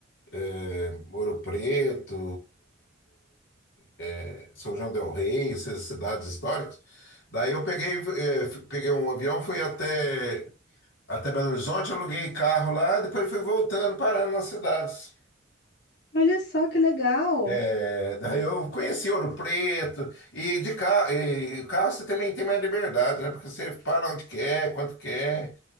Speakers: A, on the left; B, on the left.
A: é, Ouro Preto, é, é, São João del Rei, essas cidades históricas. Daí eu peguei, é, f- peguei um avião, fui até, até Belo Horizonte, aluguei carro lá, depois fui voltando, parando nas cidades.
B: Olha só que legal.
A: É, daí eu conheci Ouro Preto e de carro, e carro você também tem mais liberdade, né? Porque você para onde quer, quanto quer.